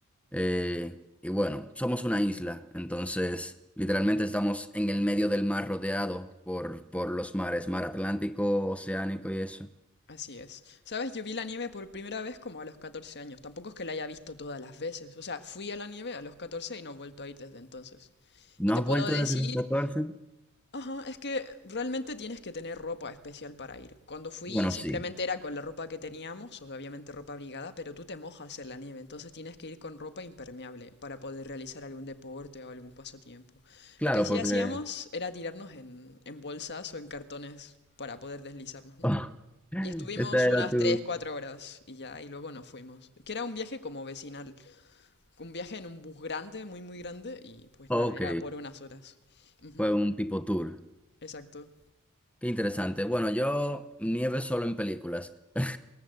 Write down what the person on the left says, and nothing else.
Así es. Sabes, yo vi la nieve por primera vez como a los 14 años. Tampoco es que la haya visto todas las veces. O sea, fui a la nieve a los 14 y no he vuelto a ir desde entonces.
Y te
puedo
decir,
ajá, es que realmente tienes que tener ropa especial para ir. Cuando fui
simplemente
era con la ropa que teníamos, o obviamente ropa abrigada, pero tú te mojas en la nieve, entonces tienes que ir con ropa impermeable para poder realizar algún deporte o algún pasatiempo.
Lo que sí
hacíamos era tirarnos en, en bolsas o en cartones para poder deslizarnos, ¿no?
Y estuvimos
unas
3 4 horas y ya, y luego nos fuimos. Que era un viaje como vecinal, un viaje en un bus grande, muy, muy grande, y pues
nada, era por unas horas. Ujú,
Exacto.